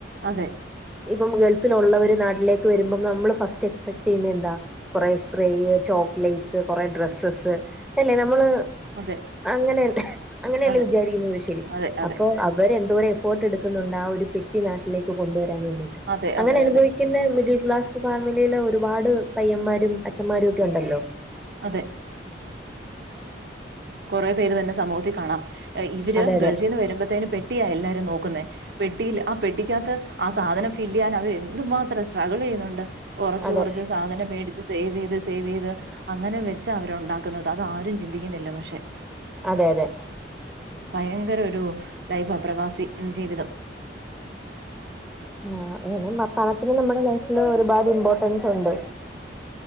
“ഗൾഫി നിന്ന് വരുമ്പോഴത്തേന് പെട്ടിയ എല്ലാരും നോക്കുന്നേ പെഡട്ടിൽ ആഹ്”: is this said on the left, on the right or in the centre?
Right